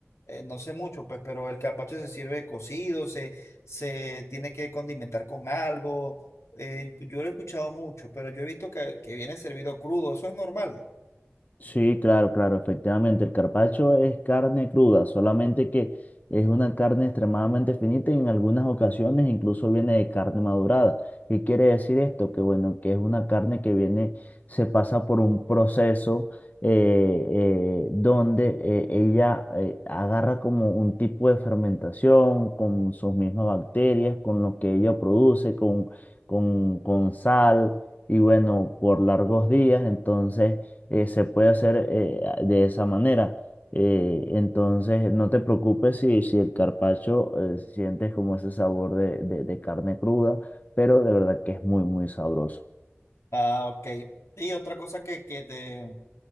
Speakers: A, on the left (about 85°); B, on the left (about 35°).
A: eh, no sé mucho, pues, pero el carpaccio se sirve cocido, se, se tiene que condimentar con algo, eh, yo lo he escuchado mucho, pero yo he visto que, que viene servido crudo, eso es normal.
B: Sí, claro, claro, efectivamente. El carpaccio es carne cruda, solamente que es una carne extremadamente finita y en algunas ocasiones incluso viene de carne madurada. ¿Qué quiere decir esto? Que bueno, que es una carne que viene, se pasa por un proceso eh, eh, donde eh, ella eh, agarra como un tipo de fermentación con sus mismas bacterias, con lo que ella produce, con, con, con sal y bueno, por largos días, entonces eh, se puede hacer eh, de esa manera. Eh, entonces, no te preocupes si, si el carpaccio eh, sientes como ese sabor de, de de carne cruda, pero de verdad que es muy, muy sabroso.
A: Ah, ok. Y otra cosa que, que te,